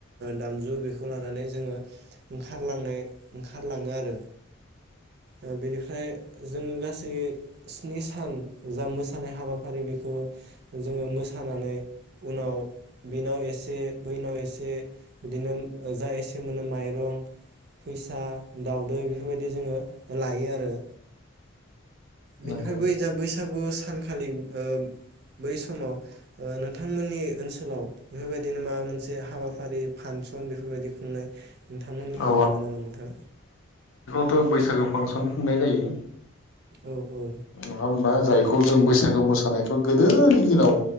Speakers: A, on the right; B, on the left.
A: दामजु बेखौ लानानै जोङो ओंखारलांनाय ओंखारलाङो आरो ओ बेनिफ्राय जोङो गासै स्नि सान जा मोसानाय हाबाफारि बे खौ जोङो मोसानानै उनाव बिनाव एसे बैनाव एसे बिदिनो जा एसे मोनो माइरं फैसा, दाउदै बेफोरबायदि जोङो लायो आरो बेनिफ्राय
B: नंगौ।
A: बै जा बैसागु सानखालि ओ बै समाव ओ नोंथांमोननि ओनसोल ओनसोलाव बेफोरबायदिनो माबा मोनसे हाबाफारि फांसन बेफोरबायदि खुंनाय नोंथांमोननिखि
B: औ
A: दोङो नामा नोंथां
B: बो बैसागु फांसन खुंनाय जायो
A: औ-औ
B: नङा होमबा जायखौ जों बैसागो मोसानायखौ गोदोनि दिनाव